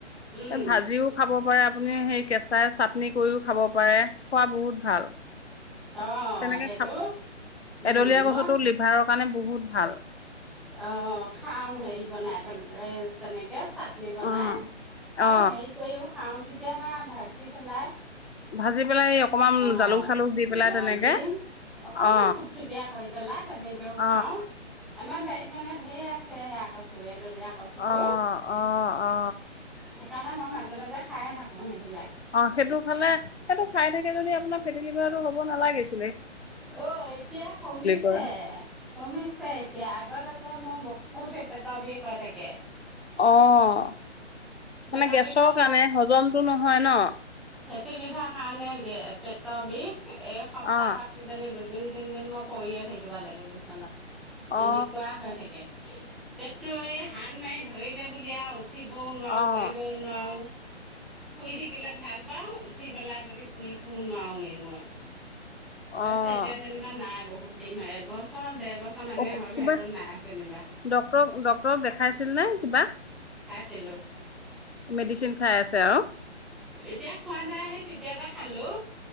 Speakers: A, in the centre; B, on the left.
A: উম,
B: ভাজিও খাব পাৰে আপুনি সেই কেঁচাই চাটনি কৰিও খাব পাৰে। খোৱা বহুত ভাল।
A: অ
B: তেনেকে
A: সেইটো
B: খা
A: উম
B: এডলীয়া কচুটো
A: মই
B: লিভাৰৰ কাৰণে বহুত ভাল
A: অ খাও হেৰি বনাই এ তেনেকে চাটনি বনাই
B: অ।
A: আৰু
B: অ
A: হেৰি কৰিও খাওঁ কেতিয়াবা ভাজি পেলাই
B: ভাজি পেলাই এই অকমান
A: অ আহ
B: জালুক চালুক দি পেলাই তেনেকে
A: দিম অকমান
B: অ
A: থুপথুপিয় কৰি পেলাই তেনেকেও
B: অ
A: খাও আমাৰ বাৰীত মানে ধেৰ আছে সেয়া আ ক চোৰে দলীয়া কচুটো,
B: অ অ অ
A: সেইকাৰণে মই মাজে মাজে খাইয়ে থাকো সেইবিলাক।
B: অ', সেইটো খালে, সেইটো খাই থাকে যদি আপোনাৰ ফেটি লিভাৰটো হব নালাগিছিল।
A: অ', এতিয়া কমিছে,
B: কয়
A: কমিছে এতিয়া আগতে যে মই ব বুতে পেটৰ বিষ কৈ থাকে।
B: অ',
A: পেটৰ
B: মানে গেছৰ
A: বিষত
B: কাৰণে
A: মই
B: হজমটো নহয় ন'।
A: ফেটি লিভাৰ কাৰণে গে পেটৰ বিষ এই সপ্তাহত
B: অ
A: কিজানি দু দিন তিনদিন মই পৰিয়ে থাকিব লাগে বিচনাত
B: অ
A: এনেকুৱা হৈ থাকে। পেটটো এই হান মাৰি ধৰিলে বুলি আৰু উঠিবও নোৱাৰো
B: অ
A: কৰিবও নোৱাৰো। শুই থাকিলে ভাল পাও, উঠি পেলাই যদি শুই শু নোৱাৰোৱে মই।
B: অ
A: তাৰ পিছত এতিয়া
B: অ
A: যেনিবা নাই। বহুত দিন এবছৰ এবছৰ, ডেৰ বছৰ মানে
B: অ
A: হ'ল
B: কিবা
A: সেইটো নাই যেনিবা।
B: ডক্তৰক, ডক্তৰক দেখাইছিল নে কিবা
A: ছিলো।
B: মেডিচিন খাই আছে আৰু
A: এতিয়া খোৱা নাই। সেই তেতিয়াতে খালো